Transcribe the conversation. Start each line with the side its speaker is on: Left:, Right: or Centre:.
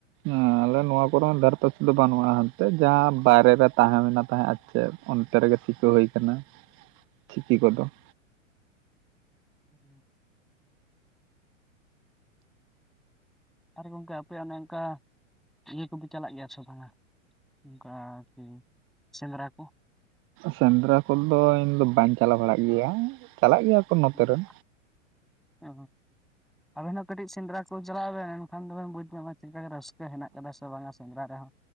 Right: ᱟᱸᱻ ᱾ ᱟᱞᱮ ᱱᱚᱣᱟ ᱠᱚᱨᱮ ᱦᱚ ᱫᱷᱟᱨᱮ ᱯᱟᱥᱮ ᱫᱚ ᱵᱟᱹᱱᱩᱜᱼᱟ ᱦᱟᱱᱛᱮ ᱡᱟᱦᱟᱸ ᱵᱟᱭᱨᱮ ᱨᱮ ᱛᱟᱦᱮᱸ ᱦᱩᱭ ᱞᱮᱱᱟ ᱛᱟᱦᱮᱸ ᱟᱨ ᱪᱮᱫ ᱚᱱᱛᱮ ᱨᱮᱜᱮ ᱥᱤᱠᱟᱹ ᱦᱩᱭ ᱠᱟᱱᱟ ᱪᱤᱠᱤ ᱠᱚᱫᱚ ᱾
Centre: ᱦᱩᱜ ᱩᱸ ᱟᱨ ᱜᱚᱝᱠᱮ ᱟᱯᱮ ᱚᱱᱮ ᱚᱱᱠᱟ ᱤᱭᱟᱹ ᱠᱚᱯᱮ ᱪᱟᱞᱟᱜ ᱜᱮᱭᱟ ᱥᱮ ᱵᱟᱝᱟ? ᱚᱱᱠᱟ ᱟᱨ ᱠᱤ ᱥᱮᱸᱫᱽᱨᱟ ᱠᱚ ᱾
Right: ᱥᱮᱸᱫᱽᱨᱟ ᱠᱚᱫᱚ ᱤᱧ ᱫᱚ ᱵᱟᱹᱧ ᱪᱟᱞᱟᱣ ᱵᱟᱲᱟᱜ ᱜᱮᱭᱟ ᱪᱟᱞᱟᱜ ᱜᱮᱭᱟ ᱠᱚ ᱱᱚᱛᱮ
Centre: <unintelligible>
Right: ᱨᱮᱱ
Centre: ᱚ, ᱟᱵᱮᱱ ᱦᱚ ᱠᱟᱹᱴᱤᱡ ᱥᱮᱸᱫᱽᱨᱟ ᱠᱚ ᱪᱟᱞᱟᱜ ᱵᱮᱱ ᱮᱱᱠᱷᱟᱱ ᱫᱚᱵᱮᱱ ᱵᱩᱡᱽ ᱧᱟᱢᱟ ᱪᱮᱫᱠᱟᱜ ᱨᱟᱹᱥᱠᱟᱹ ᱦᱮᱱᱟᱜ ᱟᱠᱟᱫᱟ ᱥᱮ ᱵᱟᱝᱟ ᱥᱮᱸᱫᱽᱨᱟ ᱨᱮᱦᱚᱸ,